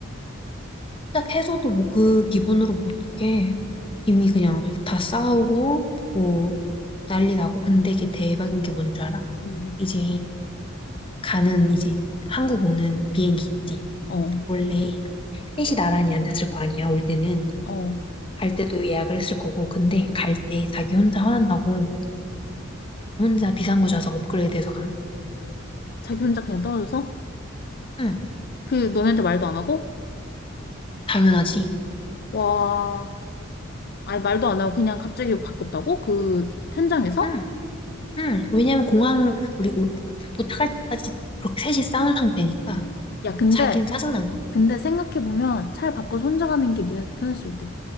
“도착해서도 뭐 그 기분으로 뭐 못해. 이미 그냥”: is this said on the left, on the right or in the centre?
Left